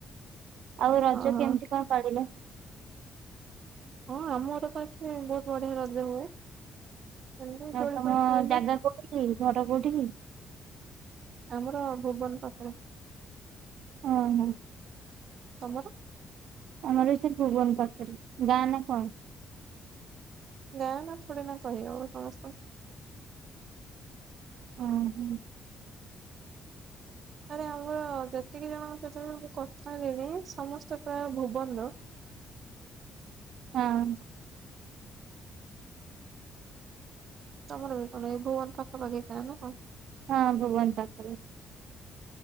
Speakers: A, on the right; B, on the right.
A: ଆଉ ରଜ
B: ଓହୋ
A: କେମିତି
B: ହଁ
A: କଣ ପାଳିଲେ?
B: ହଁ ଆମର ତ ଏଠି ବହୁତ ବଢିଆ ରଜ ହୁଏ। ଏମିତି
A: ଆଉ
B: ଦୋଳି
A: ତମ
B: ଫୋଳି ଖେଳିଲୁ।
A: ଜାଗା କୋଉଠି କି? ଘର କୋଉଠି କି?
B: ଆମର ଭୁବନ ପାଖରେ।
A: ଅ ହଁ।
B: ତମର?
A: ଆମର ବି ସେଇ ଭୁବନ ପାଖରେ। ଗାଁ ନା କଣ?
B: ଗାଁ ନା ଥୋଡୀ ନା କହିହବ ସମସ୍ତଙ୍କୁ।
A: ଉଁ ହୁଁ। <inaudible>
B: ଆରେ ଆମର ଯେତିକି ଜଣ କେତେ ଜଣ କଥା ହେଲିଣି ସମସ୍ତେ ପ୍ରାୟ ଭୁବନର।
A: ହଁ।
B: ତମର ବି କଣ ଏ ଭୁବନ ପାଖା ପାଖି ଗାଁ ନା କଣ?
A: ହଁ ଭୁବନ ପାଖ ପାଖି।